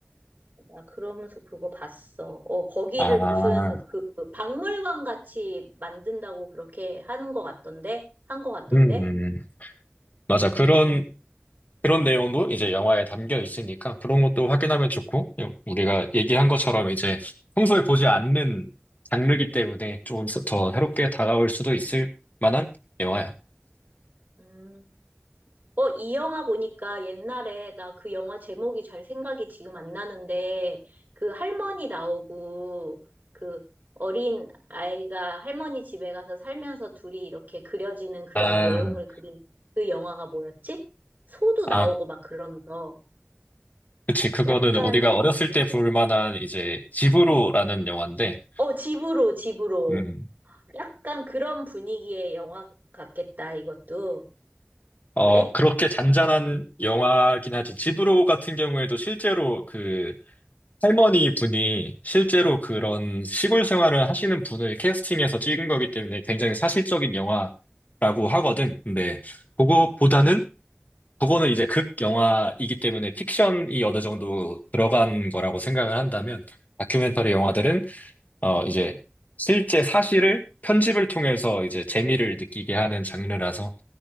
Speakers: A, on the right; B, on the left.
A: 나 그러면서 그거 봤어. 어, 거기를
B: 아,
A: 무슨, 그, 그 박물관 같이 만든다고 그렇게 하는 것 같던데? 한 것 같던데?
B: 음, 음. 음. 맞아.
A: 어,
B: 그런, 그런 내용도 이제 영화에 담겨 있으니까 그런 것도 확인하면 좋고, 우리가 얘기한 것처럼 이제 평소에 보지 않는 장르이기 때문에 조금 더 새롭게 다가올 수도 있을 만한 영화야.
A: 음. 어, 이 영화 보니까 옛날에 나 그 영화 제목이 잘 생각이 지금 안 나는데 그 할머니 나오고 그 어린 아이가 할머니 집에 가서 살면서 둘이 이렇게 그려지는 그런
B: 아,
A: 내용을 그린 그 영화가 뭐였지? 소도 나오고
B: 아,
A: 막 그러면서
B: 그치. 그거는
A: 약간
B: 우리가 어렸을 때 볼 만한 이제 집으로라는 영화인데,
A: 어, 집으로 집으로
B: 음,
A: 약간 그런 분위기의 영화 같겠다 이것도
B: 어,
A: 그래?
B: 그렇게 잔잔한 영화긴 하지. 집으로 같은 경우에도 실제로 그 할머니 분이 실제로 그런 시골 생활을 하시는 분을 캐스팅해서 찍은 거기 때문에 굉장히 사실적인 영화라고 하거든. 근데 그거보다는 그거는 이제 극 영화이기 때문에 픽션이 어느 정도 들어간 거라고 생각을 한다면 다큐멘터리 영화들은
A: 응.
B: 어 이제 실제 사실을 편집을 통해서 이제 재미를 느끼게 하는 장르라서